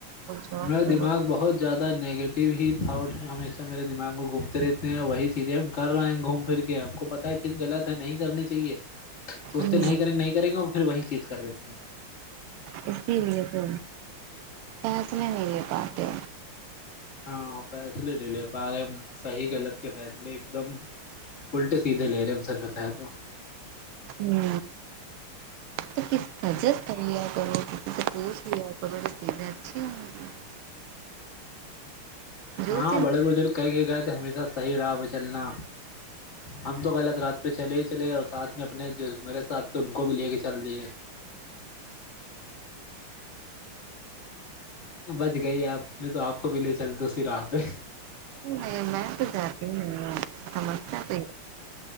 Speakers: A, on the right; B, on the left.
A: جاب
B: میرا
A: کرو
B: دماغ بہت زیادہ نیگیٹیو ہی تھاٹ ہمیشہ میرے دماغ میں گھومتے رہتے ہیں اور وہی چیزیں ہم کر رہے ہیں گھوم پھر کے اب آ کو پتا ہے چیز غلط ہے نہیں کرنی چاہیے سوچتے
A: ہمم
B: نہیں کریں گے نہیں کریں گے وہ پھر وہی چیز کر دیتے ہیں
A: اسی لیے تو فیسلے نہیں لے پاتے
B: ہاں فیصلے نہیں لے پا رہے ہم صحیح غلط کے فیصلے ایک دم الٹے سیدھے لے رہے ہیں ب سچ بتایا تو
A: ہ تو ک سجس تیا کر م تو پوچ بھی ہے ایک کی چیزیں ہوں گی جو
B: ہاں
A: چیز
B: بڑے بزرگ کہ کے گئے تھے ہمیشہ صحیح رہا ب چلنا ہم تو غلط رات پہ چلے ہی چلے اور ساتھ میں اپنے جو میرے ساتھ تھے ان کو بھی لے کے چل دیے بچ گئی آپ نے تو آپ کو بھی لے چل دو اسی راہ پہ
A: نہیں میں تو جاتی نہیں سمجھتا تو